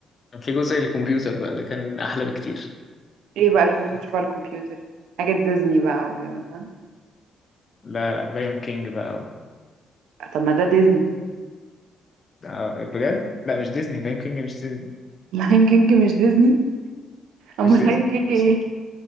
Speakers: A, on the left; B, on the right.
A: كان في جزء الكمبيوتر بقى ده كان احلى بكتير
B: ايه بقى اللي كنت بتشوفه على الكمبيوتر حاجة ديزني بقى وكده فاهم
A: لا لا بايون كينج بقى
B: طب ما ده ديزني
A: آه، بجد لا مش ديزني ليون كينج مش ديزني
B: <laughs> لاين كينج مش ديزني امال
A: مش ديزني
B: لاين كينج ايه
A: مش